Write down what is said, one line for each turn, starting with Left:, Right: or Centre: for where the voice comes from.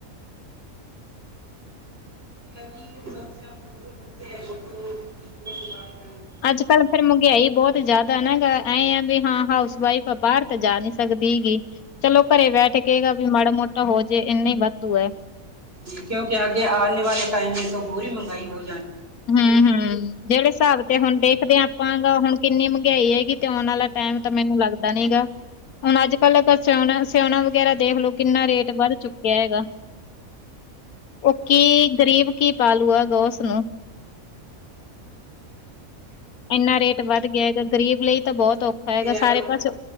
Right: <inaudible>
Left: ਅੱਜ ਕੱਲ ਫੇਰ ਮਹਿੰਗਾਈ ਬਹੁਤ ਜ਼ਿਆਦਾ ਨਾ ਗ। ਐਏਂ ਆ ਵੀ ਹਾਂ ਹਾਊਸ ਵਾਈਫ ਆ ਬਾਹਰ ਤਾਂ ਜਾ ਨਹੀਂ ਸਕਦੀ ਹੇਗੀ ਚਲੋ ਘਰੇ ਬੈਠ ਕੇ ਵੀ ਮਾੜਾ ਮੋਟਾ ਹੋਜੇ ਇੰਨਾ ਹੀ ਵਾਧੂ ਹੈ।
Right: ਕਿਉਂ ਕਿਹਾ ਕਿ ਆਨੇ ਵਾਲੇ ਟਾਈਮ ਤੋਂ ਹੋਰ ਵੀ ਮੰਗਾਈ ਹੋ
Left: ਹੂੰ-ਹੂੰ ਜਿਹੜੇ ਹਿਸਾਬ ਤੇ ਹੁਣ ਦੇਖਦੇ ਹਾਂ ਆਪਾਂ ਹੁਣ ਕਿੰਨੀ ਮਹਿੰਗਾਈ ਹੈਗੀ ਤੇ ਆਉਣ ਵਾਲਾ ਟਾਈਮ ਤਾਂ ਮੈਨੂੰ ਲੱਗਦਾ ਨੀ ਗਾ। ਹੁਣ ਅੱਜ ਕੱਲ ਆਪਾਂ ਸਿਓਨਾ ਸਿਆਉਣਾ ਵਗੈਰਾ ਦੇਖ ਲਓ ਕਿੰਨਾ ਰੇਟ ਵੱਧ ਚੁੱਕਿਆ ਹੈਗਾ ਉਹ ਕੀ ਗਰੀਬ ਕੀ ਪਾਲੂਗਾ ਓਸ ਨੂੰ ਇੰਨਾ ਰੇਟ ਵੱਧ ਗਿਆ ਹੈਗਾ ਗ਼ਰੀਬ ਲਈ ਤਾਂ ਬਹੁਤ ਔਖਾ ਹੈਗਾ
Right: ਕਰਿਆ
Left: ਸਾਰੇ
Right: ਕਰੋ ਨਾ
Left: ਪਾਸੇ।